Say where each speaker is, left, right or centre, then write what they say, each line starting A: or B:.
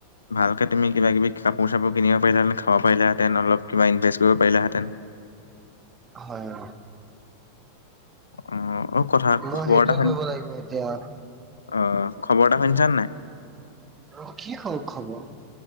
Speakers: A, on the left; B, on the right.
A: ভালকে তুমি কিবা কিবি কাপোৰ চাপোৰ কিনিব পাৰিলাহেতে খাব পাৰিলাহেতেন অলপ কিবা ইনভেষ্ট কৰিব পাৰিলাহেঁতেন
B: হয়
A: অ অ কথা
B: মই
A: খবৰ
B: সেইটোৱে
A: এটা শুনি
B: কৰিব লাগিব এতিয়া
A: অ খবৰ এটা শুনিছা নে নাই
B: অ কি খওক খবৰ